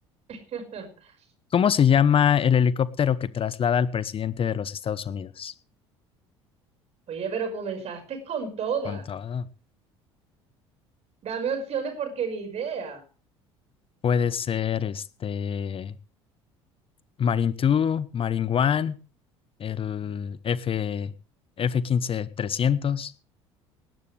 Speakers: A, on the right; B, on the left.
A: <laughs>
B: ¿Cómo se llama el helicóptero que traslada al presidente de los Estados Unidos?
A: Oye, pero comenzaste con toda.
B: Con todo.
A: Dame opciones porque ni idea.
B: Puede ser este Marine 2, Marine 1, el F, f quince trescientos.